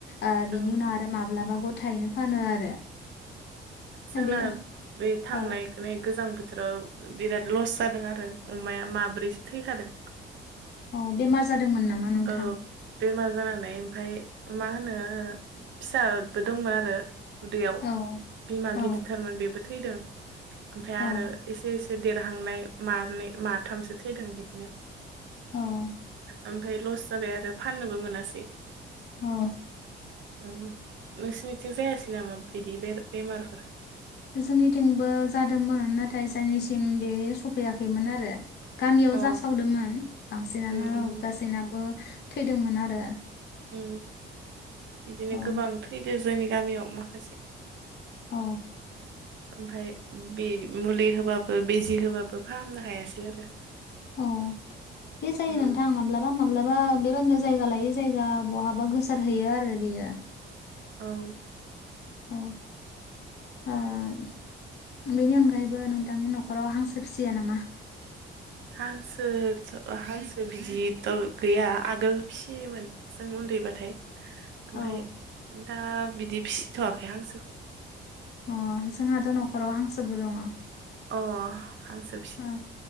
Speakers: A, on the left (about 55°); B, on the right (about 70°).
A: ओ
B: औ
A: बेनि उनाव आरो माब्लाबा गथायैनो फानो आरो।
B: जोंना
A: बे
B: बे थांनाय
A: औ
B: गोजां बोथोराव बिराद लस जादों आरो अमाया माब्रैसो थैखादों।
A: अ बेमार जादोंमोन नामा नोंथां?
B: ओ बेमार जानानै ओमफाय मा होनो ओ फिसाबो दंमोन आरो उदैयाव।
A: औ।
B: बिमा
A: औ
B: गिदिरथारमोन बेबो थैदों ओमफ्राय आरो
A: औ
B: एसे एसे से देरहांनाय मनै माथामसो थैदों बिदिनो
A: ओं।
B: ओमफ्राय लस जाबाय आरो फाननोबो मोनासै।
A: औ।
B: अ नोंसोरनिथिं जायासै नामा बिदि बे बेमारफोर?
A: जोंनिथिंबो जादोंमोन नाथाय जोंनिसिम बे सफैयाखैमोन आरो। गामियाव
B: अ
A: जासावदोंमोन बांसिनानो
B: उम उम
A: गासैनाबो थैदोंमोन आरो।
B: उम बिदिनो
A: औ
B: गोबां थैदो जोंनि गामियाव माखासे।
A: औ।
B: ओमफ्राय बे मुलि होबाबो बिजि होबाबो फाहामनो हायासै आरो।
A: अ बे जायो
B: उम
A: नोंथां माब्ला बा माब्लाबा बेबादिनो जायगा लायै जायगा बहाबा गोसारहैयो आरो बेयो।
B: औ।
A: उम बेनि अनगायैबो नोंथांनि न'खराव हांसो फिसिया नामा?
B: हांसो' हांसो बिजिथ' गैया आगोल फिसियोमोन। जों उन्दैबाथाय ओमफ्राय
A: औ
B: दा बिदि फिसिथ'वाखै हांसोखौ।
A: अ जोंहाथ' न'खराव हांसोबो दङ।
B: अ हां-हांसो
A: उम